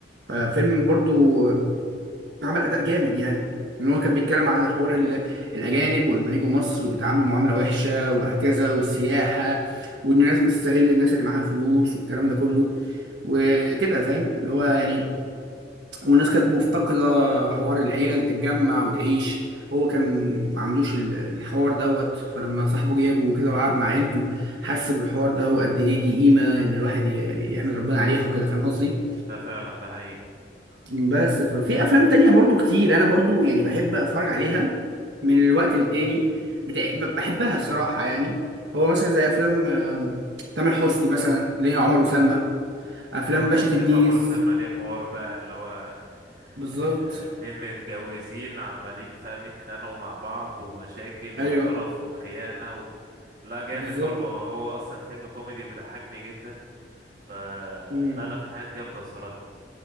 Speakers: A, on the right; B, on the right.
A: ففيلم برضو عمل اداء جامد يعني ان هو كان بيتكلم عن حوار ال- الاجانب ولما يجوا مصر بيتعاملوا معامله وحشه وهكذا والسياحه وان الناس بتستغل الناس اللي معاها فلوس والكلام ده كله وكده فاهم اللي هو يعني والناس كانت مفتقده حوار العيله اللي تتجمع وتعيش هو كان ما عندوش ال- الحوار دوت فلما صاحبه جابه وكده وقعد مع عيلته حس بالحوار ده وقد ايه دي قيمه ان الواحد ي- يحمد ربنا عليها وكده فاهم قصدي
B: ده فعلا ده حقيقي
A: بس ففي افلام تانية برضو كتير انا برضو يعني بحب اتفرج عليها من الوقت للتاني بتاع- ب- بحبها صراحة يعني هو مثلا زي افلام آم، تامر حسني مثلا اللي هي عمر وسلمى افلام
B: اه
A: باشا
B: سلسلة
A: تلميذ
B: عمر وسلمى دي حوار بقى اللي هو
A: بالظبط
B: آه، اتنين متجوزين عمالين فاهم يتخانقوا مع بعض ومشاكل
A: ايوه
B: وقرف وخيانة و... لا جامد
A: بالظبط
B: برضه هو اصلا فيلم كوميدي وبيضحكني جدا ف
A: إمم.
B: لا لا في حاجات جامدة الصراحة